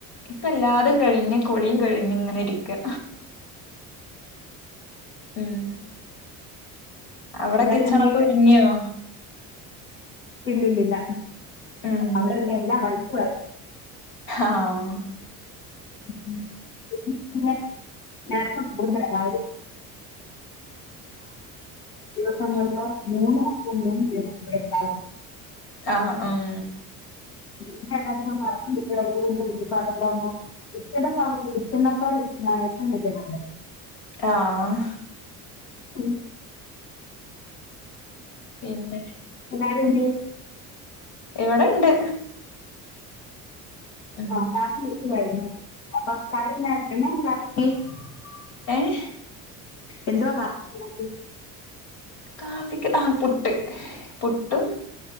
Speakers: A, on the left; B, on the left.
A: ഇപ്പ എല്ലാതും കഴിഞ്ഞ് കുളിയും കഴിഞ്ഞ് ഇങ്ങനെ ഇരിക്ക. ഉം അവിടെ
B: എല്ലാരും
A: കിച്ചണൊക്കെ
B: എന്ത് ചെയ്യും
A: ഒരുങ്ങിയോ.
B: ഇല്ലില്ലില്ല
A: ഉം
B: അവിടെ ഇവിടെ എല്ലാം വലിച്ചു വാരി
A: ആഹ്
B: ഉം പിന്നെ നേരത്തെ കൂടുതലാ <inaudible> ദിവസങ്ങളുള്ള മൂന്ന് ഒപ്പ് മൂന്ന് പേര് ഇവിടെ ഇണ്ടാവും.
A: ആഹ് ഉം
B: <unintelligible> വിക്കണ്ട സാധനം വിക്കുന്നടുത്തോളം വിക്കുന്നതാ ഏറ്റവും വലിയ <unintelligible>
A: ആഹ്
B: ഉം
A: പിന്നെ
B: എല്ലാരും എന്ത്
A: ഇവിടെണ്ട്
B: <unintelligible>
A: ഉം ഏഹ്
B: എന്തുവാ <unintelligible>
A: കാപ്പിക്ക് ആഹ് പുട്ട് പുട്ടും